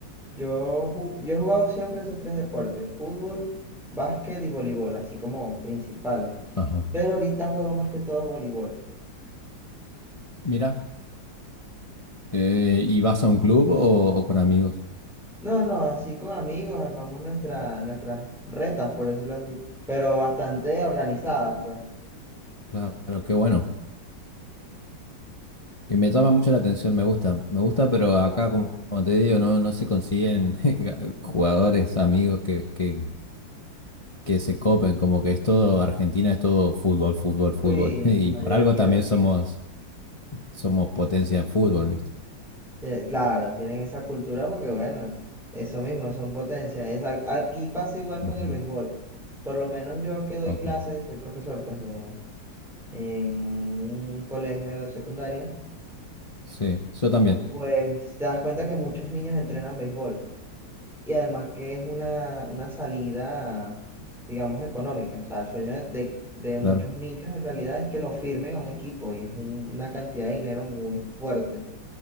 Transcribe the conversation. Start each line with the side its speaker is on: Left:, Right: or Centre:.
Centre: yo, ju- yo he jugado siempre esos tres deportes, fútbol, básquet y voleibol, así como principales.
Left: Ajá.
Centre: Pero ahorita juego más que todo voleibol.
Left: Mira, eh,
Centre: Y-
Left: ¿y vas a un club o, o con amigos?
Centre: No, no, así con amigos armamos nuestra, nuestras retas, por decirlo así, pero bastante organizadas, pues.
Left: Claro, qué bueno. Y me llama mucho la atención, me gusta, me gusta, pero acá, como, como te digo, no, no se consiguen <laughs> jugadores, amigos que, que, que se copen, como que es todo, Argentina es todo fútbol, fútbol, fútbol.
Centre: Sí, en
Left: <laughs> Y
Centre: su mayoría
Left: por algo también
Centre: tienen,
Left: somos, somos potencia en fútbol, ¿viste?
Centre: tie- claro, tienen esa cultura porque, bueno, eso mismo, son potencias. Esa- aquí pasa igual
Left: Ujú.
Centre: con el béisbol. Por lo menos yo que doy
Left: Ok,
Centre: clases, soy profesor, pues, de en un colegio de secundaria,
Left: sí, yo también,
Centre: pues te das cuenta que muchos niños entrenan béisbol y además que es una, una salida, digamos, económica. O sea, el sueño de, de- de muchos
Left: claro.
Centre: niños en realidad es que lo firmen a un equipo y es un- una cantidad de dinero muy fuerte.